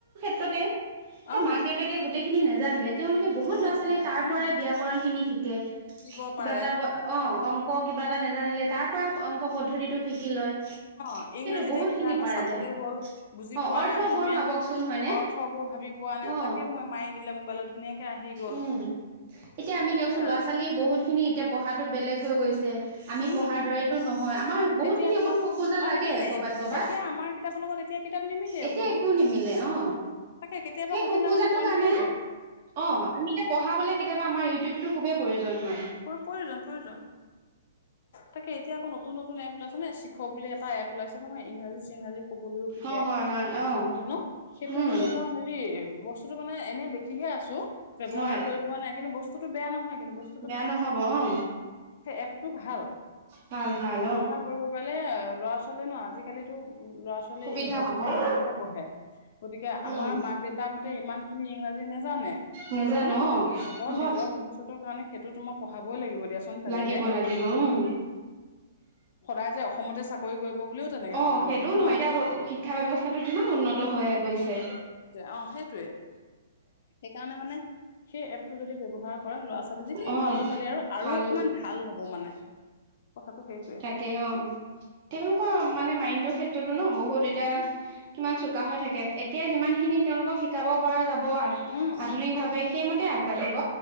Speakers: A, on the right; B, on the left.
A: তে এয়া
B: অ
A: মাক দেউতাকে গোটেইখিনি নে জানিলে তেওঁলোকে বহুত
B: জানে
A: ল'ৰা
B: নহয়
A: ছোৱালী তাৰ
B: উম
A: পৰাই ব্যয়াকৰণ খিনি শিকে কে
B: শিকিব
A: কিবা
B: পাৰে
A: এটা অ অ আক কিবা এটা নেজানিলে তাৰ পৰাও অংক পদ্ধতিটো শিকি লয়।
B: অ ইংৰাজীতে
A: সেইটো বহুত
B: কিবা
A: খিনি
B: এটা
A: পাৰা
B: চাবলৈ
A: যায়
B: হ'ল বুজি
A: অ
B: পোৱা
A: অৰ্থবোৰ
B: নাই অসমীয়াত
A: ভাবকচোন হয়নে
B: অৰ্থবোৰ ভাবি পোৱা নাই
A: অ
B: তাকে মই মাৰি দিলে মোবাইলত ধুনীয়াকে আহি গ'ল
A: উম এতিয়া আমি
B: তাকেই
A: দিয়কচোন
B: আৰু
A: ল'ৰা ছোৱালী বহুত খিনি এতিয়া পঢ়াটো বেলেগ হৈ গৈছে আমি
B: উম
A: পঢ়াৰ
B: উম
A: দৰেতো নহয় আমাৰ বহুত
B: তেতিয়া
A: খিনি
B: দিনৰ
A: অকণোকোজা
B: সতি অ
A: লাগে
B: নিমিলে
A: কৰবাত কৰবাত
B: তেতিয়া আমাৰ কিতাপৰ লগত এতিয়া কিতাপ নিমিলে
A: এতিয়া
B: অকনো
A: একো নিমিলে অ
B: তাকে কেতিয়াবা
A: সেই
B: সুধিলে
A: খোকোজা
B: মানে কনফিউজ
A: কাৰণে
B: হওঁ
A: অ আমি এতিয়া পঢ়াব কেতিয়া আম ইউিউব খুবেই প্ৰয়োজন হয়
B: প্ৰয়োজন প্ৰয়োজন তাকে এতিয়া আকৌ নতুন নতুন এপ ওলাইছে নে শিখ বুলি এটা এপ ওলাইছে নহয় ইংৰাজী চিংৰাজী কবলৈও শিকে
A: অ হয় হয় অ
B: মানুহে ন সেইটো
A: উম
B: কিন্তু মই হেৰি বস্তুটো মানে এনে দেখিহে আছো ব্যৱহাৰ
A: হয়
B: কৰি পোৱা নাই কিন্তু বস্তুতটো বেয়া নহয় কিন্তু বস্তু
A: বেয়া নহব অ
B: এপটো ভাল
A: ভাল ভাল
B: ব্যৱহাৰ
A: অ
B: কৰিব পাৰিলে ল'ৰা ছোৱালী ছোৱাল ন আজিকালিিতো ল'ৰা ছোৱালীয়ে
A: সুবিধা
B: ইংৰাজী
A: হ'ব
B: মাধ্য়মতে
A: অ
B: পঢ়ে গতিকে আমাৰ
A: উম
B: মাক দেউতাকহঁতে ইমান খিনি ইংৰাজী নেজানে
A: নেজানো
B: মানে
A: অ',
B: সিহঁতৰ
A: সহজ
B: নিজৰ ভৱিষ্যতৰ কাৰণে সেইটো তোমাক পঢ়াবই লাগিব দিয়াচোন তেনেকে
A: লাগিব লাগিব উম,
B: সদায় যে অসমতে চাকৰি তেনেকে
A: অ',
B: কথা
A: সেইটোও
B: নহয় ন
A: এতিয়া শিক্ষা ব্যৱস্থাটো কিমান উন্নত হৈ গৈছে
B: অ সেইটোৱে সেইকাৰণে মানে সেই এপ টো যদি ব্যৱহাৰ কৰা ল'ৰা ছোৱালী ইহ
A: অ',
B: ভাল ল ছোৱালী আৰু আৰু
A: ভাল
B: অকমান ভাল হ'ব মানে। কথাটো সেইটোৱে
A: থাকে অহ। তেওঁলোকৰ মানে মাইণ্ড টো ক্ষেত্ৰতো ন? বহুত এতিয়া
B: উম
A: কিমান চক চোকা হৈ থাকে এতিয়া যিমানখিনি তেওঁলোকক শিকাব পৰা যাব ব আ-আধুনিক
B: উম উম
A: ভাৱে হেমত তে আগবাঢ়িব।